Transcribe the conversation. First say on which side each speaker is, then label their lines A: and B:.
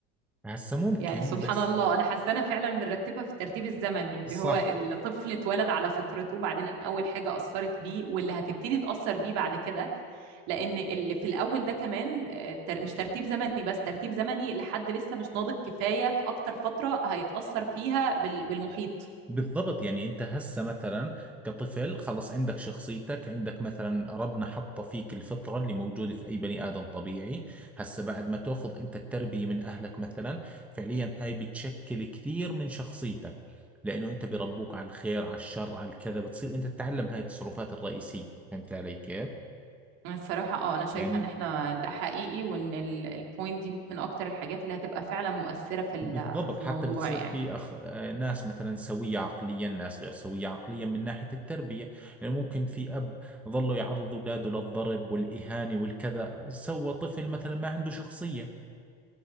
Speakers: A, in the centre; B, on the right.
A: هسا ممكن
B: يعني سبحان
A: بس
B: الله انا حاسه انا فعلا بنرتبها في الترتيب الزمني اللي
A: صح
B: هو الطفل اتولد على فطرته بعدين اول حاجه اثرت بيه واللي هتبتدي تاثر بيه بعد كده لان اللي في الاول ده كمان آه، تر- مش ترتيب زمني بس ترتيب زمني لحد لسه مش ناضج كفايه في اكتر فتره هيتاثر فيها بال- بالمحيط
A: بالضبط يعني انت هسه مثلا كطفل خلص عندك شخصيتك عندك مثلا ربنا حط فيك الفطرة اللي موجودة في اي بني ادم طبيعي هسه بعد ما تاخذ انت التربية من اهلك مثلا فعليا هاي بتشكل كثير من شخصيتك لانه انت بربوك على الخير على الشر على الكذا بتصير انت تتعلم هاي التصرفات الرئيسية فهمت علي كيف
B: الصراحة اه انا شايفة
A: يعني
B: ان احنا ده حقيقي وان البوينت دي من اكتر الحاجات اللي هتبقى فعلا مؤثرة في ال-
A: بالضبط
B: في
A: حتى
B: الموضوع
A: بتصير
B: يعني
A: في أخ... آه، ناس مثلا سوية عقليا ناس غير سوية عقليا من ناحية التربية يعني ممكن في أب ظله يعرض أولاده للضرب والإهانة والكذا سوى طفل مثلا ما عنده شخصية